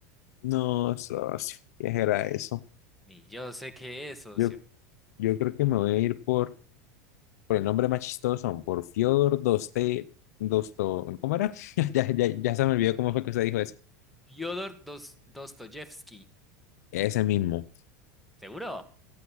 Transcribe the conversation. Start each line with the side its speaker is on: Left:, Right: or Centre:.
Left: no, socio. ¿Qué era eso?
Centre: Y yo sé que eso,
Left: Yo, yo creo que me voy a ir por, por el nombre más chistoso, por Fyodor Doste, Dosto, ¿cómo era? <laughs> Ya, ya, ya se me olvidó cómo fue que se dijo eso.
Centre: Fyodor Dos- Dostoyevsky.
Left: Ese mismo.
Centre: ¿Seguro?